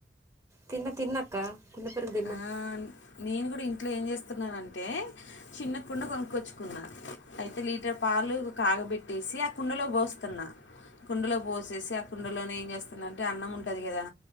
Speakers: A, on the right (about 15°); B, on the left (about 70°).
A: తిన్న తిన్నక్క కుండా పెరుగు తిన్న
B: ఆ నేను గూడా ఇంట్లో ఏం జేస్తున్నానంటే చిన్నకుండా గొనుక్కొచ్చుకున్నా అయితే లీటర్ పాలు కాగబెట్టేసి అ కుండలో బోస్తున్నా కుండలో బోసేసి ఆ కుండలోనే ఏంజేస్తునంటే అన్నం ఉంటది కదా